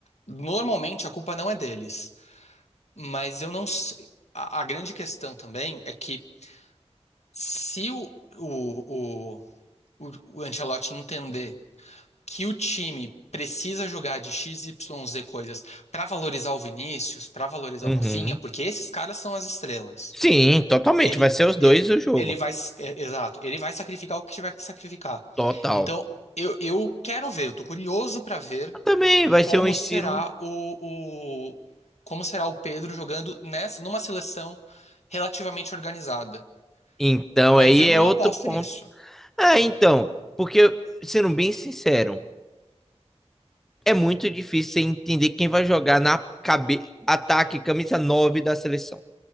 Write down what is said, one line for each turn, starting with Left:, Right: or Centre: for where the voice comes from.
Left: Normalmente a culpa não é deles, mas eu não sei. A, a grande questão também é que se o, o, o, o, o Ancelotti entender que o time precisa jogar de X XYZ coisas para valorizar o Vinícius, para valorizar
Centre: Uhum.
Left: o Rafinha, porque esses caras são as estrelas.
Centre: Sim, totalmente.
Left: Ele,
Centre: Vai ser os dois
Left: e-
Centre: o jogo.
Left: ele vai, s- é, exato, ele vai sacrificar o que tiver que sacrificar.
Centre: Total.
Left: Então, eu, eu quero ver, eu tô curioso para ver
Centre: Também vai ser
Left: como
Centre: um estilo.
Left: será o, o- como será o Pedro jogando nessa, numa seleção relativamente organizada.
Centre: Então,
Left: Mas
Centre: aí
Left: eu não
Centre: é outro
Left: aposto
Centre: ponto.
Left: nisso.
Centre: Ah, então. Porque, sendo bem sincero, é muito difícil você entender quem vai jogar na cabe... ataque, camisa 9 da seleção.